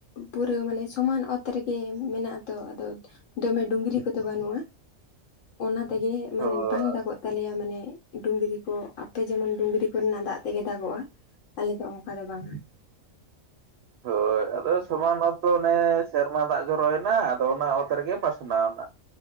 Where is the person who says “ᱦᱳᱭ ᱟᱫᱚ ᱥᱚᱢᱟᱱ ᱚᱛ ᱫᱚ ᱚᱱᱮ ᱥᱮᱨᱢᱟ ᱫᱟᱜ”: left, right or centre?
Right